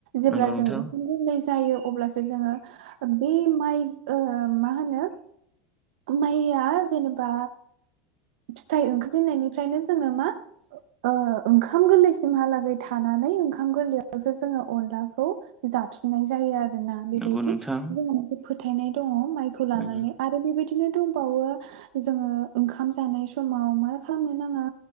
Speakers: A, on the right; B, in the centre.
A: जेब्ला
B: नंगौ नोंथां
A: जों ओंखाम गोरलै जायो अब्लासो जोङो बे माइ ओ मा होनो माइया जेनेबा फिथाइ ओंखारजेननायनिफ्रायनो जोङो मा ओ ओंखाम गोरलैसिमहालागै थानानै ओंखाम गोरलैयावसो जोङो अनलाखौ जाफिननाय जायो आरो। आरोना बेबायदि
B: नंगौ नोंथां
A: जोंहा मोनसे फोथायनाय दङ माइखौ लानानै।
B: नंगौ
A: आरो बेबायदि बिदिनो दंबावो जोङो ओंखाम जानाय समाव मा खालामनो नाङा